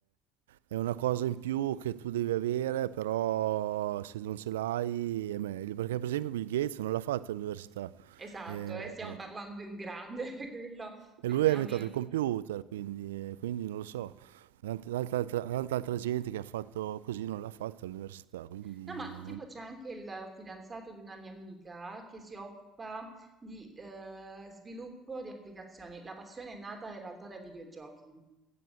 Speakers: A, on the right (about 85°); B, on the right (about 25°).
A: è una cosa in più che tu devi avere, però se non ce l'hai è meglio. Perché per esempio Bill Gates non l'ha fatto all'università
B: Esatto,
A: eh,
B: eh, stiamo parlando di un grande, <laughs> quello effettivamente.
A: e lui ha inventato il computer, quindi, quindi non lo so. Tanta, tanta altra tanta altra gente che ha fatto così non l'ha fatto all'università, quindi
B: No, ma tipo
A: non
B: c'è anche il fidanzato di una mia amica che si occupa di eh, sviluppo di applicazioni. La passione è nata in realtà dai videogiochi.